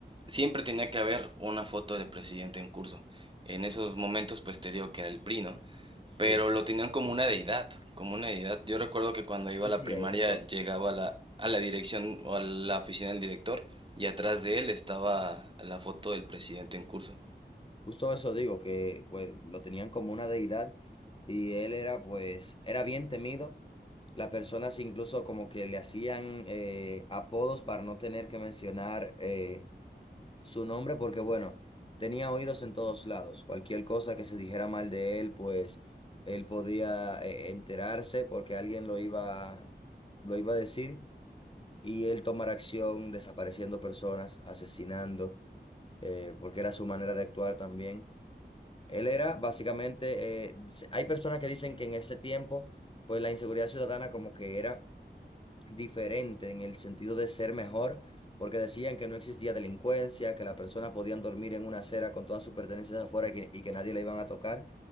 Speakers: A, on the right; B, on the left.
A: siempre tenía que haber una foto de presidente en curso. En esos momentos pues te digo que era el PRI, ¿no? pero
B: sí,
A: lo tenían como una deidad, como una deidad. Yo recuerdo que cuando iba
B: sí,
A: a la
B: sí,
A: primaria
B: eh, eso,
A: llegaba a la, a la dirección o a la oficina del director y atrás de él estaba la foto del presidente en curso.
B: justo eso digo, que pues lo tenían como una deidad y él era pues, era bien temido. Las personas incluso como que le hacían eh, apodos para no tener que mencionar eh, su nombre porque, bueno, tenía oídos en todos lados. Cualquier cosa que se dijera mal de él, pues él podía eh, enterarse porque alguien lo iba, lo iba a decir y él tomar acción desapareciendo personas, asesinando, eh, porque era su manera de actuar también. Él era básicamente, eh, dice- hay personas que dicen que en ese tiempo, pues la inseguridad ciudadana como que era diferente en el sentido de ser mejor, porque decían que no existía delincuencia, que las personas podían dormir en una acera con todas sus pertenencias afuera y que, y que nadie le iban a tocar,